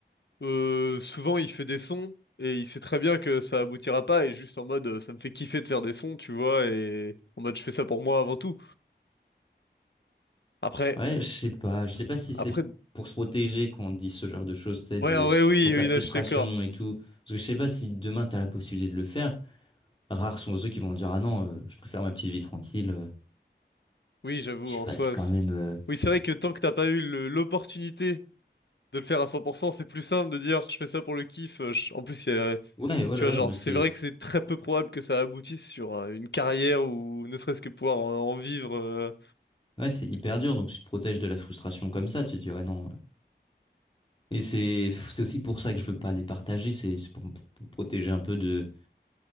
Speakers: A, on the left (about 70°); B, on the left (about 25°).
A: euh, souvent il fait des sons et il sait très bien que ça aboutira pas et juste en mode euh, ça me fait kiffer de faire des sons, tu vois, et en mode je fais ça pour moi avant tout. Après,
B: Ouais, je sais pas, je sais pas si c'est
A: après
B: pour se protéger qu'on dit ce genre de choses, tu sais, de-
A: Ouais, en vrai, oui,
B: contre
A: oui,
B: la frustration
A: non, je suis d'accord.
B: et tout. Parce que je sais pas si demain t'as la possibilité de le faire. Rares sont ceux qui vont dire, ah non, euh, je préfère ma petite vie tranquille. euh.
A: Oui, j'avoue,
B: Je sais
A: en
B: pas,
A: soi.
B: c'est quand
A: c'est-
B: même, euh,
A: Oui, c'est vrai que tant que t'as pas eu le- l'opportunité de le faire à 100%, c'est plus simple de dire je fais ça pour le kiff. euh, je- En plus, il y a-
B: ouais, ouais,
A: tu
B: ouais,
A: vois, genre,
B: mais
A: c'est
B: c'est,
A: vrai que c'est très peu probable que ça aboutisse sur euh, une carrière ou ne serait-ce que pouvoir en, en vivre. euh,
B: ouais, c'est hyper dur. Donc tu te protèges de la frustration comme ça. Tu te dis, ouais, non. Et c'est c'est aussi pour ça que je veux pas les partager, c'est c'est pour me p- protéger un peu de,